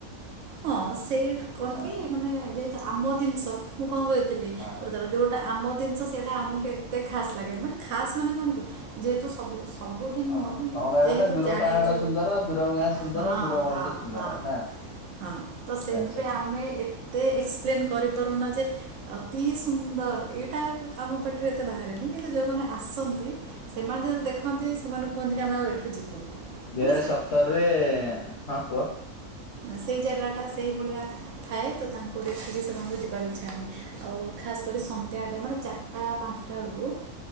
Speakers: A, on the right; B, on the left.
A: ହଁ ସେଇଠୁ କଣ,
B: ହଁ
A: କି ମାନେ ଯେହେତୁ ଆମ ଜିନିଷ। ମୁଁ କଣ କହିଥିଲି।
B: ହଁ।
A: ପ୍ରଥମେ, ଯୋଉଟା ଆମ ଜିନିଷ ସେଟା ଆମକୁ ଏତେ ଖାସ୍ ଲାଗେନି। ବଟ ଖାସ୍ ମାନେ କଣ, କି ଯେହେତୁ ସବୁ ସବୁଦିନ
B: ହଁ
A: ନୁହଁ, କିନ୍ତୁ
B: ତମ କହିବା
A: ଯେହେତୁ
B: କଥା ଦୂର
A: ଜାଣିଛୁ।
B: ପାହାଡ ସୁନ୍ଦର ଦୂର ଗାଁ ସୁନ୍ଦର
A: ହଁ,
B: ଦୂର ମଣିଷ
A: ହଁ,
B: ସୁନ୍ଦର
A: ହଁ।
B: ନା
A: ହଁ ତ, ସେଥିପାଇଁ
B: ଆଚ୍ଛା
A: ଆମେ ଏତେ ଏକ୍ସପ୍ଲେନ କରିପାରୁନା ଯେ ଅତି ସୁନ୍ଦର, ଏଇଟା ଆମ ପାଟିରେ ଏତେ ବାହାରେନି। କିନ୍ତୁ ଯେଉଁମାନେ ଆସନ୍ତି ସେମାନେ ଦେଖନ୍ତି। ସେମାନେ କୁହନ୍ତି କି, ଆମେ ଆଉ ଏଠୁ ଯିବୁନି।
B: ଦୁଇ
A: ମାନେ
B: ହଜାର
A: ସେ
B: ସତରରେ, ହଁ କୁହ।
A: ସେଇ ଜାଗାଟା ସେଇ ଭଳିଆ ଥାଏ। ତ ତାଙ୍କୁ ଦେଖିକି ସେମାନଙ୍କୁ ଯିବାକୁ ଇଚ୍ଛା ହଉନି। ଆଉ' ଖାସ୍ କରି ସନ୍ଧ୍ୟାରେ, ମାନେ ଚାରିଟା, ପାଞ୍ଚଟା ବେଳକୁ।